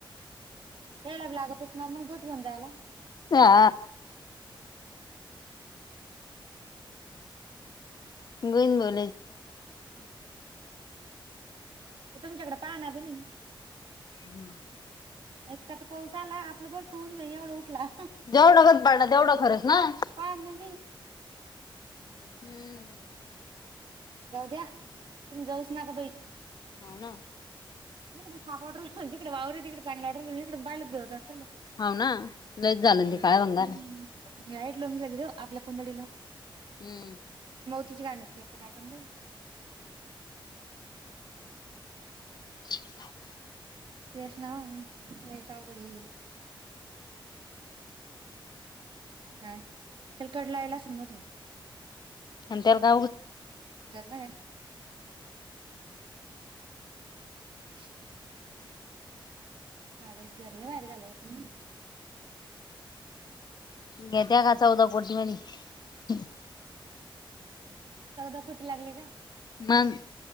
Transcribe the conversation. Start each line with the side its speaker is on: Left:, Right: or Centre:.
Right: यायला बी लागतच ना मग दूध घेऊन जायला
Left: हा. गोविंद भाऊ
Right: ते तुमच्याकडे पाह ना कुणी.
Left: हम्म <inaudible>
Right: ऐतका त पाऊस आला आपलं बोडख वाऊन जाई एवढा उठला.
Left: जेवढं करच पाडण तेवढं खरंच
Right: <unintelligible>
Left: ना
Right: जाऊ
Left: हम्म
Right: द्या तुम्ही जाऊच नाका बाई.
Left: हाव ना.
Right: इकडे साप वाटूरायल पण जीकडे वावरे तिकडे चांगलं वाटूरायल, इकडून पायल का भेवच वाटू राहिलं.
Left: हाव ना लईच झालं
Right: ह
Left: ते काळ भंगार.
Right: वईट लनग आपल्या कोंदडीला <unintelligible>
Left: हम्म.
Right: किच गाणंच करत काणू बाई.
Left: <inaudible>
Right: तेस नाव लईच अवघडे. काय? त्याला कडलावेल असेल मधून.
Left: एंत का <unintelligible>
Right: जर मग <unintelligible> मागाईच घर लय भारी झालं हो पण,
Left: घेता का चौदा कोटी मध्ये,
Right: चौदा कोटी लागली का,
Left: मग